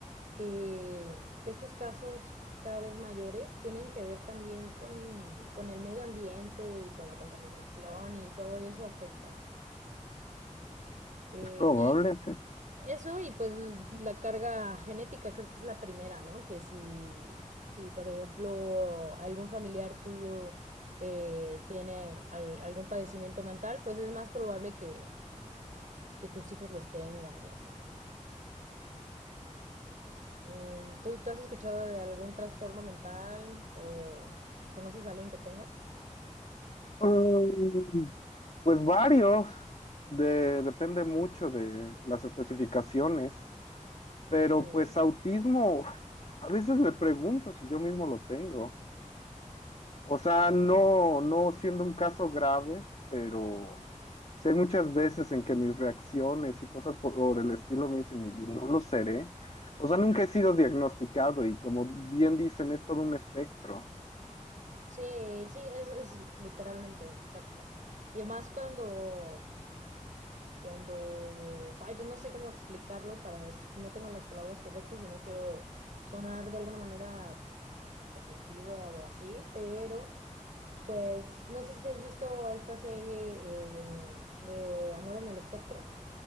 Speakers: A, on the right; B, on the left.
A: que, que estos casos cada vez mayores tienen que ver también con, con, el medio ambiente y con la contaminación y todo eso afecta. Eh,
B: Es probable,
A: y
B: sí.
A: eso y pues la carga genética creo que es la primera, ¿no? Que si, si por ejemplo algún familiar tuyo eh, tiene al, algún padecimiento mental, pues es más probable que, que tus hijos los tengan y así. Eh, ¿tú, ¿Tú has escuchado de algún trastorno mental o conoces a alguien que tenga?
B: Mm, Pues varios, de- depende mucho de las especificaciones, pero
A: Sí.
B: pues autismo, <laughs> a veces me pregunto si yo mismo lo tengo. O sea, no, no siendo un caso grave, pero sí hay muchas veces en que mis reacciones y cosas por, por el estilo me dicen, y, y no lo seré. O sea, nunca he sido diagnosticado y como bien dicen, es todo un espectro.
A: Sí, sí, es, es literalmente, exacto. Y además cuando, cuando, ay, pues no sé cómo explicarlo, para, no tengo las palabras correctas y no quiero sonar de alguna manera ofensiva o así, pero pues no sé si has visto esta serie eh, de Amor en el Espectro.